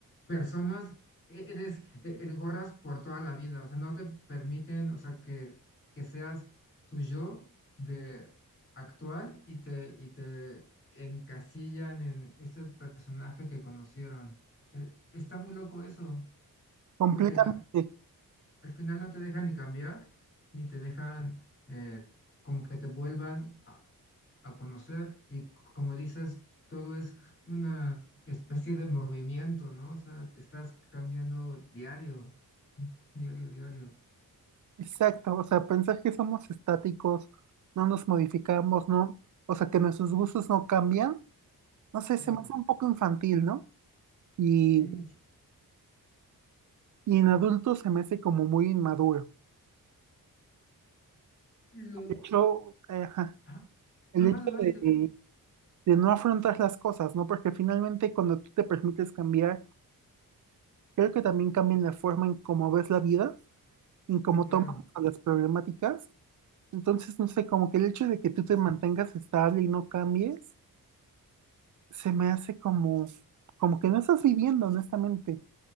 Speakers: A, on the left; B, on the right.
A: personas e- eres e- el gorras por toda la vida, o sea, no te permiten, o sea, que, que seas tu yo de actual y te, y te encasillan en ese personaje que conocieron. Eh, está muy loco eso,
B: Completamente.
A: porque a- al final no te dejan ni cambiar, ni te dejan eh, como que te vuelvan a a conocer y como dices, todo es una especie de movimiento, ¿no? O sea, estás cambiando diario, mm, diario, diario.
B: Exacto. O sea, pensar que somos estáticos, no nos modificamos, no, o sea, que nuestros gustos no cambian, no sé,
A: Claro,
B: se me hace un poco infantil, ¿no? Y,
A: sí, muchísimo
B: y en adultos se me hace como muy inmaduro.
A: Lo...
B: De hecho, eh, ajá,
A: ah,
B: el
A: no,
B: hecho
A: vas, vas,
B: de
A: sí,
B: de no afrontar las cosas, ¿no? Porque finalmente cuando tú te permites cambiar, creo que también cambia la forma en cómo ves la vida, en cómo
A: claro.
B: tomas a las problemáticas. Entonces, no sé, como que el hecho de que tú te mantengas estable y no cambies, se me hace como, como que no estás viviendo, honestamente.